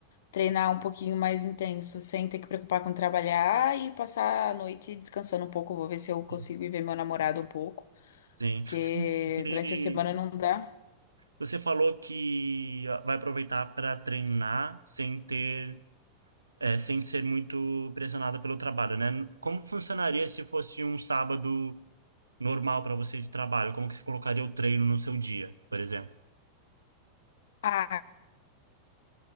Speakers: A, on the left; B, on the right.
A: treinar um pouquinho mais intenso, sem ter que preocupar com trabalhar e passar a noite descansando um pouco. Vou
B: Sim.
A: ver se eu consigo ir ver meu namorado um pouco,
B: Sim.
A: porque
B: Você
A: durante a semana não dá.
B: você falou que vai aproveitar para treinar sem ter, é, sem ser muito pressionada pelo trabalho, né? Como funcionaria se fosse um sábado normal para você de trabalho? Como que você colocaria o treino no seu dia, por exemplo?
A: Ah,